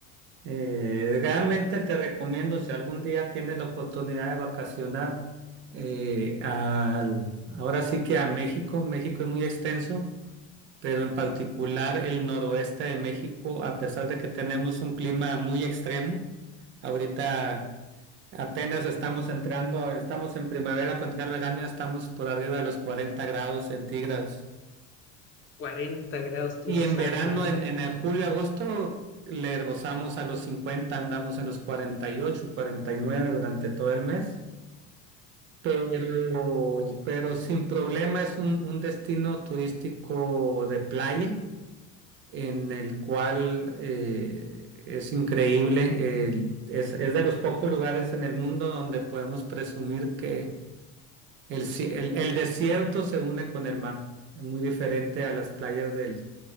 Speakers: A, on the right; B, on the left.
A: Eh, realmente te recomiendo, si algún día tienes la oportunidad de vacacionar, eh, al- ahora sí que a México, México es muy extenso, pero en particular el noroeste de México, a pesar de que tenemos un clima muy extremo, ahorita apenas estamos entrando, estamos en primavera, para entrar verano, ya estamos por arriba de los 40 grados centígrados.
B: cuarenta grados, Dios
A: Y en
B: santo,
A: verano,
B: es mucho,
A: en, en el julio, agosto, le gozamos a los 50, andamos en los 48, 49 durante todo el mes, pero,
B: es mucho.
A: pero sin problema es un, un destino turístico de playa en el cual eh, es increíble, el- es, es de los pocos lugares en el mundo donde podemos presumir que el, ci- el el desierto se une con el mar, Es muy diferente a las playas del